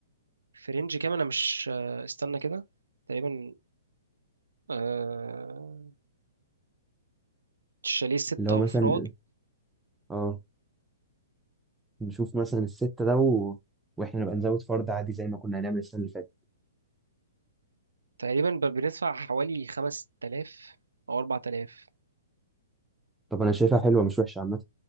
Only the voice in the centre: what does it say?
اللي هو
مثلا اه نشوف مثلا الستة ده و... واحنا نبقى نزود فرد عادي زي ما كنا هنعمل السنة اللي فاتت
طب انا شايفها حلوة مش وحشة عامة